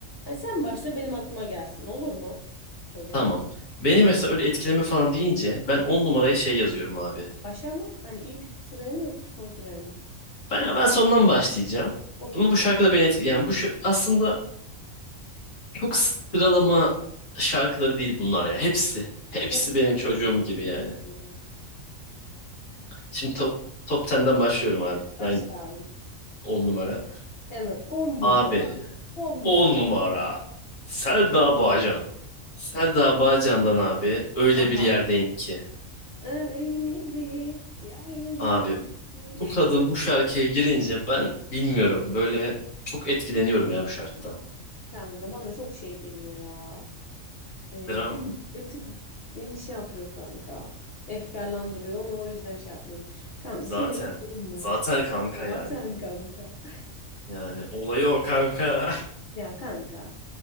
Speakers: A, on the left (about 55°); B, on the left (about 85°).
A: Ay sen başla benim aklıma gelsin. Olur mu hocam?
B: Tamam. Beni mesela öyle etkileme falan deyince ben 10 numaraya şey yazıyorum abi.
A: Başa mı? Hani ilk sıraya mı yoksa son sıraya mı?
B: Ben ben sondan başlayacağım.
A: Okey
B: Ama bu
A: kanka.
B: şarkı da beni etkiledi. Yani bu şu, aslında çok sıralama şarkıları değil bunlar ya. Hepsi. Hepsi
A: Hep,
B: benim çocuğum gibi yani.
A: hepsi hocam.
B: Şimdi top top 10'den başlıyorum abi. Nine
A: Başla abim.
B: 10 numara.
A: Hemen. On
B: Abi
A: numara. On
B: 10
A: numara.
B: numara. Selda Bağcan. Selda Bağcan'dan abi öyle
A: Aha.
B: bir yerdeyim ki.
A: Öyle bir yerdeyim
B: Abi
A: ki.
B: bu kadın bu şarkıya girince ben bilmiyorum
A: <laughs> Oy.
B: böyle çok etkileniyorum ya bu şarkıdan.
A: Kanka bana çok şey geliyor ya. Ee,
B: Dram
A: beni
B: mı?
A: bir tık beni şey yapıyor kanka. Efkarlandırıyor. Onu o yüzden şey yapmıyorum. Kanka
B: Zaten.
A: şöyle bir durum var.
B: Zaten kanka
A: Zaten
B: yani.
A: kanka. <laughs>
B: Yani olayı o kanka.
A: Ya kanka.